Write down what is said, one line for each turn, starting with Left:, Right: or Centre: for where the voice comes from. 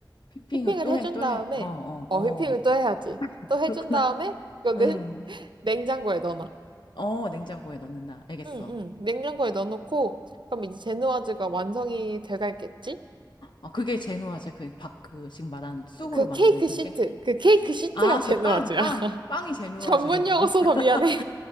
Left: 피핑을
Right: 휘핑을
Left: 또
Right: 해준
Left: 해, 또
Right: 다음에,
Left: 해. 어, 어,
Right: 어, 휘핑을
Left: 어.
Right: 또 해야지.
Left: <laughs>
Right: 또 해준
Left: 그렇구나.
Right: 다음에, 이거를
Left: 음.
Right: <laughs> 냉장고에 넣어놔.
Left: 어, 냉장고에 넣는다. 알겠어.
Right: 응, 응. 냉장고에 넣어놓고, 그럼 이제 제누아즈가 완성이 돼가겠지?
Left: 아, 그게 제누아제, 그, 박, 그, 지금 말한 쑥으로
Right: 그
Left: 만드는
Right: 케이크
Left: 그게?
Right: 시트, 그 케이크 시트가
Left: 아,
Right: 제누아즈야.
Left: 그 빵, 빵.
Right: <laughs>
Left: 빵이 제누아제로
Right: 전문
Left: 부르는구나.
Right: 용어 써서
Left: <laughs>
Right: 미안해.